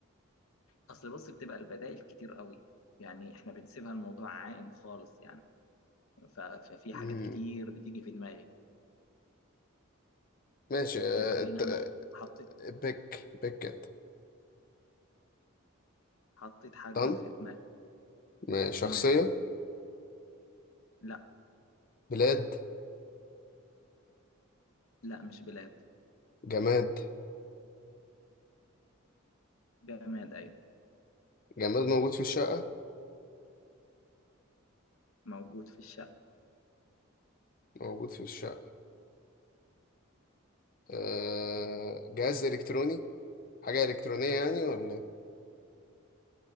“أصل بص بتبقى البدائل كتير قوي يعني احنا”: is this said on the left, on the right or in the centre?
Left